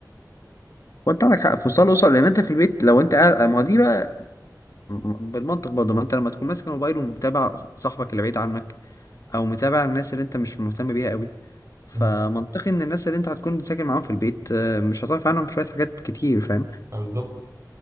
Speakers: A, on the left; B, on the right.
A: وانت عندك حق في وصال الاسر لان انت في البيت لو انت قاعد ما هو دي بقى بالمنطق برضه ما انت لما تكون ماسك الموبايل ومتابع صاحبك اللي بعيد عنك او متابع الناس اللي انت مش مهتم بيها قوي فمنطقي
B: مم.
A: ان الناس اللي انت هتكون ساكن معاهم في البيت آه، مش هتعرف عنهم شويه حاجات كتير فاهم
B: آه، بالظبط